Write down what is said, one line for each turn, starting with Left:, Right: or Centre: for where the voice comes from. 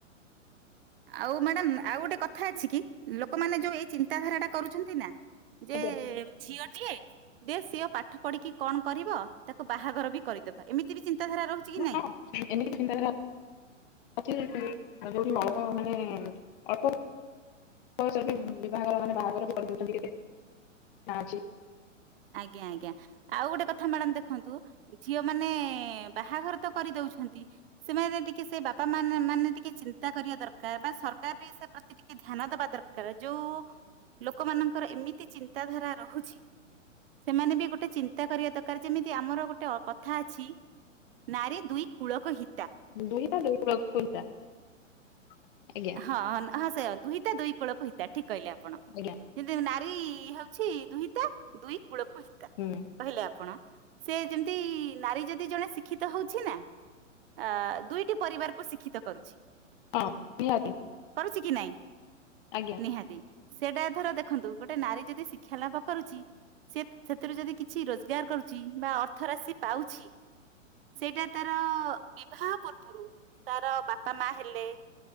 Right: ଆଉ ମ୍ୟାଡାମ ଆଉ ଗୋଟେ କଥା ଅଛି କି ଲୋକମାନେ ଯୋଉ ଏଇ ଚିନ୍ତାଧାରା ଟା କରୁଛନ୍ତି ନା ଯେ
Left: ଆଜ୍ଞା
Right: ଝିଅଟିଏ ସିଏ ପାଠ ପଢିକି କଣ କରିବ? ତାକୁ ବାହାଘର ବି କରିଦବା ଏମିତି ବି ଚିନ୍ତାଧାରା ରହୁଛି କି
Left: ହଁ
Right: ନାଇଁ?
Left: ଏମିତି ବି ଚିନ୍ତାଧାରା <unintelligible> ମାନେ ଅଳ୍ପ ବୟସରେ ବିି ବିଭାଘର ମାନେ ବାହାଘର କରିଦଉଛନ୍ତି କେତେ ଅଛି
Right: ଆଜ୍ଞା। ଆଜ୍ଞା। ଆଉ ଗୋଟେ କଥା ମ୍ୟାଡାମ ଦେଖନ୍ତୁ ଝିଅ ମାନେ ବାହାଘର ତ କରିଦେଉଛନ୍ତି ସେମାନେ ଟିକେ ସେ ବାପା ମାନେ ମାନେ ଟିକେ ଚିନ୍ତା କରିବା ଦରକାର ବା ସରକାର ବି ସେ ପ୍ରତି ଟିକେ ଧ୍ୟାନ ଦବା ଦରକାର ଯୋଉ ଲୋକମାନଙ୍କର ଏମିତି ଚିନ୍ତାଧାରା ରହୁଛି ସେମାନେ ବି ଗୋଟେ ଚିନ୍ତା କରିବା ଦରକାର ଯେମିତି ଆମର ଗୋଟେ କଥା ଅଛି ନାରି ଦୁଇ କୂଳକୁ ହି
Left: ଦୁହିତା ଦୁଇ କୁଳକୁ ହିତା। ଆଜ୍ଞା।
Right: ହଁ ହଁ ସେଇଆ ଦୁହିତା ଦୁଇ କୁଳକୁ ହିତା ଠିକ କହିଲେ ଆପଣ
Left: ଆଜ୍ଞା
Right: ଯେମିତି ହଉଛି ଦୁହିତା ଦୁଇ କୂଳକୁ ହିତା।
Left: ହୁଁ,।
Right: କହିଲେ ଆପଣ ସେ ଯେମିତି ନାରୀ ଯଦି ଜଣେ ଶିକ୍ଷିତ ହଉଛି ନା? ଅ ଦୁଇଟି ପରିବାରକୁ ଶିକ୍ଷିତ କରୁଛି।
Left: ହଁ, ନିହାତି।
Right: କରୁଛି କି ନାଇଁ?
Left: ଆଜ୍ଞା।
Right: ନିହାତି ସେଇଟା ଧର ଦେଖନ୍ତୁ ଗୋଟେ ନାରୀ ଯଦି ଶିକ୍ଷା ଲାଭ କରୁଛି ସେ ସେଥିରୁ ଯଦି କିଛି ରୋଜଗାର କରୁଛି ବା ଅର୍ଥ ରାଶି ପାଉଛି ସେଇଟା ତାର ବିବାହ ପୂର୍ବରୁ ତାର ବାପା ମା ହେଲେ